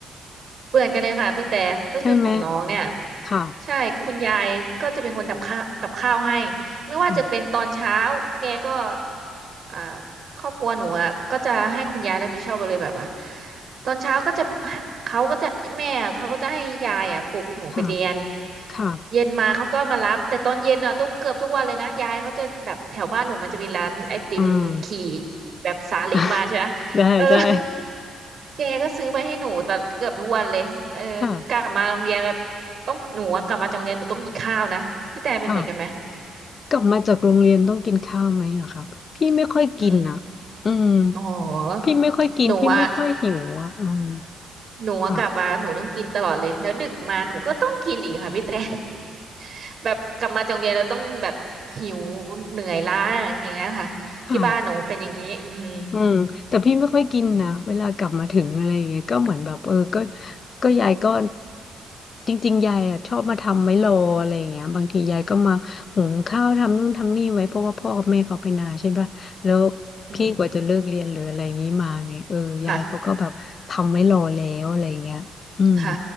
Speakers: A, on the right (about 55°); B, on the left (about 50°).
A: เหมือนกันเลยค่ะพี่แต่
B: <laughs>
A: ก็คือของน้องเนี่ย
B: ใช่ไหมค่ะ
A: ใช่คุณยายก็จะเป็นคนทำข้าวกับข้าวให้ไม่ว่าจะเป็นตอนเช้าแกก็
B: ค่ะ
A: อ่าครอบครัวหนูอะก็จะให้คุณยายรับผิดชอบไปเลยแบบว่าตอนเช้าก็จะเขาก็จะแม่เขาก็จะให้ยายอ่ะปลุกหนูไปเรียน
B: ค่ะค่ะ
A: เย็นมาเขาก็มารับแต่ตอนเย็นอ่ะทุกเกือบทุกวันเลยนะยายเขาจะแบบแถวบ้านหนูมันจะมีร้านไอติมขี่
B: อืม
A: แบบซาเล้งมาใช่ไหม
B: <laughs> ได้ใช่
A: เออแกก็ซื้อไปให้หนูตอนเกือบทุกวันเลยเออกลับมาโรงเรียนแบบ
B: ค่ะ
A: ต้องหนูอะกลับมาจากโรงเรียนหนูต้องกินข้าวนะพี่แตนเป็นเหมือนกันไหม
B: ค่ะกลับมาจากโรงเรียนต้องกินข้าวไหมอะครับพี่ไม่ค่อยกินนะ
A: อืม
B: อืม
A: อ๋อ
B: พี่ไม่ค่อยกินพี่ไม่ค่อยหิวอะอืม
A: หนูอะ หนูอะกลับมาหนูต้องกินตลอดเลยแล้วดึกมาหนูก็ต้องกินอีกค่ะพี่แต่
B: ค่ะ
A: <laughs> แบบกลับมาจากโรงเรียนเราต้องแบบหิวเหนื่อยล้าอย่างเงี้ยค่ะที่บ้านหนูเป็นอย่างนี้อืม
B: ค่ะ อืมแต่พี่ไม่ค่อยกินนะเวลากลับมาถึงอะไรอย่างเงี้ยก็เหมือนแบบเออก็ก็ยายก็จริงๆยายอ่ะชอบมาทำไว้รออะไรอย่างเงี้ยบางทียายก็มาหุงข้าวทำนู่นทำนี่ไว้เพราะว่าพ่อกับแม่เขาไปนาใช่ปะแล้ว
A: อืม
B: พี่กว่าจะเลิกเรียนหรืออะไรอย่างงี้มาไงเออยายเขาก็แบบทำไว้รอแล้วอะไรอย่างเงี้ยอืม
A: ค่ะค่ะ